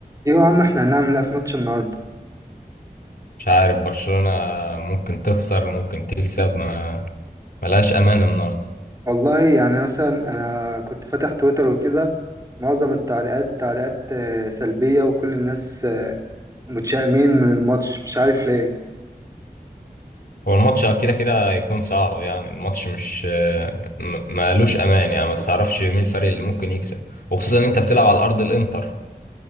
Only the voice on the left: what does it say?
مش عارف برشلونة ممكن تخسر ممكن تكسب ما ملهاش أمان النهاردة
هو الماتش كده كده هيكون صعب يعني الماتش مش م- مالوش أمان يعني ما تعرفش مين الفريق اللي ممكن يكسب وخصوصا إن أنت بتلعب على أرض الإنتر